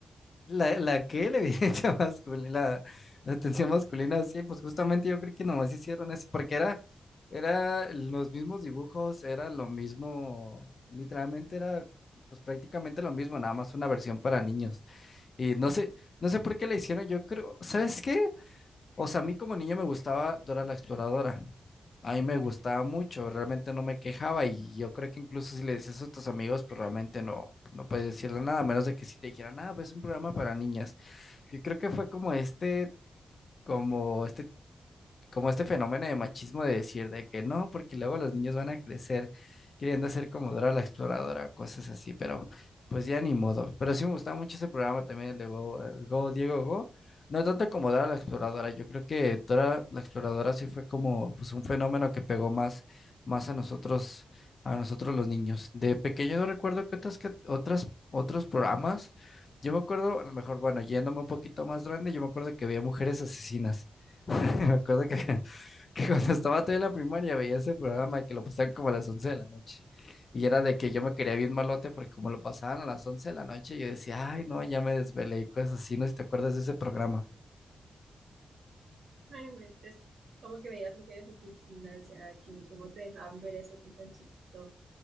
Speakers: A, on the left; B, on the right.
A: La, la que la evidencia <laughs> masculina, la, la atención masculina, sí, pues justamente yo creo que nomás hicieron eso, porque era, era los mismos dibujos, era lo mismo, literalmente era pues prácticamente lo mismo, nada más una versión para niños. Y no sé, no sé por qué la hicieron, yo creo, ¿sabes qué? O sea, a mí como niño me gustaba Dora la Exploradora. A mí me gustaba mucho, realmente no me quejaba y yo creo que incluso si le dices eso a tus amigos, pues realmente no, no puedes decirle nada, a menos de que si te dijeran, ah, pues es un programa para niñas. Yo creo que fue como este, como este como este fenómeno de machismo de decir de que no, porque luego los niños van a crecer queriendo ser como Dora la Exploradora, cosas así, pero pues ya ni modo. Pero sí me gustaba mucho ese programa también, el de Go, eh, Go, Diego Go. No tanto como Dora la Exploradora, yo creo que Dora la Exploradora sí fue como pues un fenómeno que pegó más, más a nosotros, a nosotros los niños. De pequeño no recuerdo que otras, que otras, otros programas. Yo me acuerdo, a lo mejor, bueno, yéndome un poquito más grande, yo me acuerdo que había mujeres asesinas. <laughs> Me acuerdo que, <laughs> que cuando estaba todavía en la primaria veía ese programa que lo pasaban como a las 11 de la noche. Y era de que yo me quería bien malote porque como lo pasaban a las 11 de la noche, yo decía, ay, no, ya me desvelé, cosas así, no sé si te acuerdas de ese programa.
B: No inventes, como que veías mujeres asesinas ya, que cómo te dejaban ver eso tú tan chiquito.